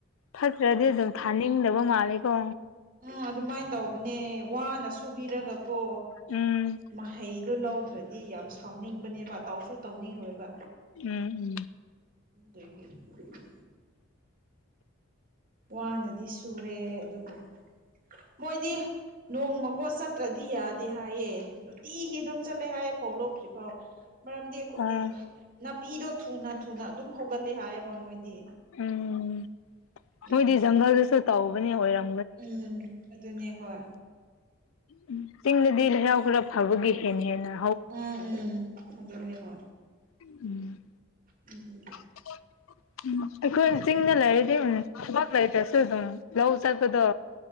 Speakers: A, on the left; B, on the right.
A: ꯐꯠꯇ꯭ꯔꯗꯤ ꯑꯗꯨꯝ ꯊꯥꯅꯤꯡꯗꯕ ꯃꯥꯂꯦꯀꯣ
B: ꯎꯝ ꯑꯗꯨꯃꯥꯏꯅ ꯇꯧꯕꯅꯦ ꯋꯥꯅ ꯁꯨꯕꯤꯔꯒꯀꯣ
A: ꯎꯝ
B: ꯃꯍꯩꯗꯨꯣ ꯂꯧꯗ꯭ꯔꯗꯤ ꯌꯥꯝ ꯁꯥꯎꯅꯤꯡꯕꯅꯦꯕ ꯇꯧꯁꯨ ꯇꯧꯅꯤꯡꯉꯣꯏꯕ
A: ꯎꯝ ꯎꯝ
B: ꯊꯦ ꯋꯥꯅꯗꯤ ꯁꯨꯔꯦ ꯑꯗꯨꯕꯨ ꯃꯣꯏꯗꯤ ꯅꯣꯡꯃꯀꯣꯠ ꯆꯠꯇ꯭ꯔꯗꯤ ꯌꯥꯗꯦ ꯍꯥꯏꯌꯦ ꯅꯨꯡꯇꯤꯒꯤ ꯑꯗꯨꯝ ꯆꯠꯂꯦ ꯍꯥꯏꯌꯦꯦ ꯐꯧ ꯂꯣꯛꯇ꯭ꯔꯤꯐꯥꯎ ꯃꯔꯝꯗꯤ
A: ꯑꯣ
B: ꯅꯥꯄꯤꯗꯣ ꯊꯨꯅ ꯊꯨꯅ ꯑꯗꯨꯝ ꯍꯧꯒꯠꯂꯦ ꯍꯥꯏꯌꯦꯕ ꯃꯣꯏꯗꯤ
A: ꯎꯝ
B: ꯑꯗꯨꯒꯤ
A: ꯃꯣꯏꯗꯤ ꯖꯪꯒꯜꯗꯨꯁꯨ ꯇꯧꯕꯅꯦ ꯑꯣꯏꯔꯝ
B: ꯎꯝ ꯑꯗꯨꯅꯦ ꯍꯣꯏ
A: ꯎ ꯆꯤꯡꯗꯗꯤ ꯂꯩꯍꯥꯎ ꯈꯔ ꯐꯕꯒꯤ ꯍꯦꯟꯅ ꯍꯦꯅ
B: ꯎꯝ ꯎꯝ ꯑꯗꯨꯗꯅꯅꯦ ꯍ
A: ꯎꯝ
B: ꯎꯝ ꯎ
A: <inaudible> ꯎ ꯑꯩꯈꯣꯏ ꯆꯤꯡꯗ ꯂꯩꯔꯗꯤꯝ ꯊꯕꯛ ꯂꯩꯇ꯭ꯔꯁꯨ ꯑꯗꯨꯝ ꯂꯧ ꯆꯠꯄꯗꯣ